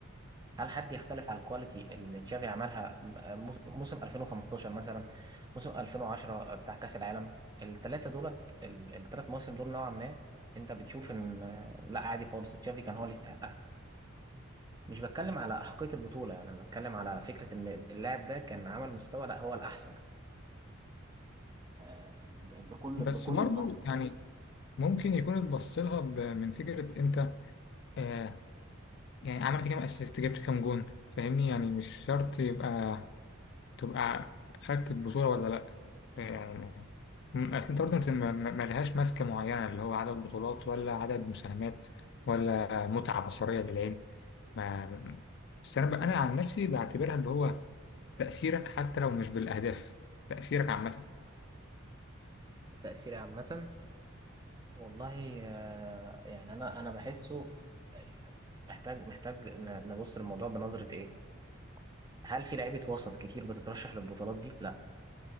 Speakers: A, on the right (about 20°); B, on the left (about 60°).
A: هل حد يختلف على الكواليتي اللي تشافي عملها م- موس- موسم 2015 مثلا موسم 2010 بتاع كأس العالم الثلاثة دولت ال- الثلاث مواسم دول نوعا ما انت بتشوف ان آه، لا عادي خالص تشافي كان هو اللي يستحقها مش بتكلم على أحقية البطولة يعني أنا بتكلم على فكرة ان اللاعب ده كان عمل مستوى لا هو الأحسن آه، بكل
B: بس
A: بكل
B: برضو
A: ما
B: يعني ممكن يكون اتبص لها ب- من فكرة انت آه يعني عملت كام اسيست جبت كام جون فاهمني يعني مش شرط يبقى تبقى خدت البطولة ولا لأ يعني م- اصل انت برضو انت ما- ما- ملهاش ماسكة معينة اللي هو عدد بطولات ولا عدد مساهمات ولا متعة بصرية للعين ما بس انا ب- انا عن نفسي بعتبرها اللي هو تأثيرك حتى لو مش بالأهداف تأثيرك عامة
A: التأثير عامة والله آه، يعني أنا أنا بحسه آه، محتاج محتاج ن- نبص للموضوع بنظرة إيه هل في لعيبه وسط كتير بتترشح للبطولات دي؟ لا